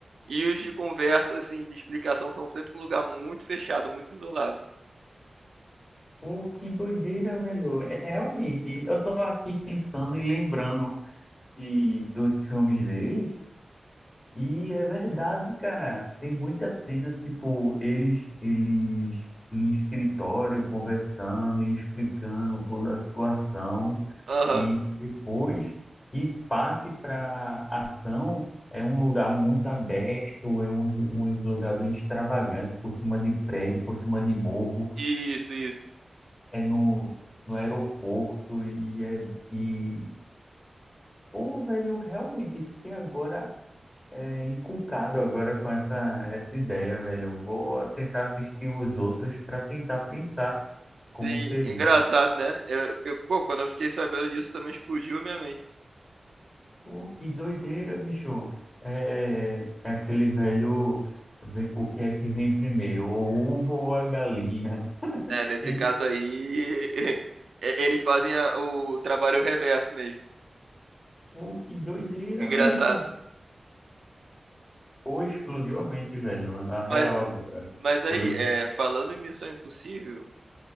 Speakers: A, on the right; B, on the left.
A: E os de conversa, assim, de explicação são sempre num lugar muito fechado, muito isolado.
B: Pô, que doideira, velho. É, Realmente, eu tô aqui pensando e lembrando de, dos filmes deles, e é verdade, cara. Tem muita cena, tipo, eles, eles em escritório conversando e explicando toda a situação,
A: Aham.
B: e depois que parte para ação, é um lugar muito aberto, é um, um lugar bem extravagante, por cima de prédio, por cima de morro
A: Isso, isso.
B: é no, no aeroporto e é e pô, velho, eu realmente fiquei agora é, encucado agora com essa essa ideia, velho. Eu vou tentar assistir os outros para tentar pensar como
A: Sim,
B: seria.
A: engraçado, né? Eu, eu, pô, quando eu fiquei sabendo disso também explodiu a minha mente.
B: Pô, que doideira, bicho. É, é é aquele velho ve- o que é que vem primeiro, o ovo ou a galinha? <laughs>
A: É, nesse
B: Ele,
A: caso aí, <laughs> é, eles fazem a- o trabalho reverso mesmo.
B: pô, que doideira
A: É Engraçado.
B: mesmo. Pô, explodiu a mente, velho, na real
A: Mas,
B: agora.
A: mas aí,
B: Por
A: é, falando em Missão Impossível,